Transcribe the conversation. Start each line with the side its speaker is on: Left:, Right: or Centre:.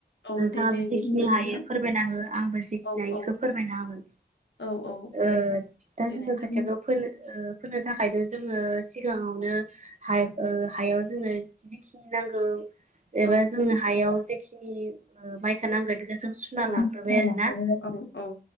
Left: औ
Right: नोंथाङाबो
Left: दे दे
Right: जिखिनि
Left: बुंदो
Right: हायो
Left: नोंथां
Right: फोरमायना हो आंबो जिखिनि
Left: औ
Right: हायो बेखौ
Left: औ
Right: फोरमायना होगोन।
Left: औ औ औ
Right: ओ दा
Left: दे
Right: जोङो
Left: नोंथां
Right: खाोथिखौ फोनो ओ फोनो थाखायथ' जोङो सिगाङावनो
Left: औ
Right: हायाव ओ जोङो जिखिनि नांगौ एबा
Left: औ
Right: जोंनो हायाव जेखिनि ओ माइखौ नांगौ जों सुना
Left: औ
Right: लाग्रोबाय आरोना
Left: औ औ